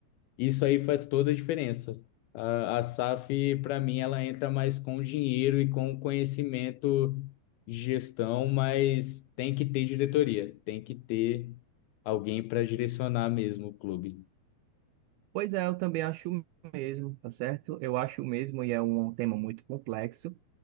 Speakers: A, on the left; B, on the right.
A: Isso aí faz toda a diferença. A, a SAF, para mim, ela entra mais com o dinheiro e com o conhecimento de gestão, mas tem que ter diretoria, tem que ter alguém para direcionar mesmo o clube.
B: Pois é, eu também acho o mesmo, tá certo? Eu acho o mesmo e é um tema muito complexo.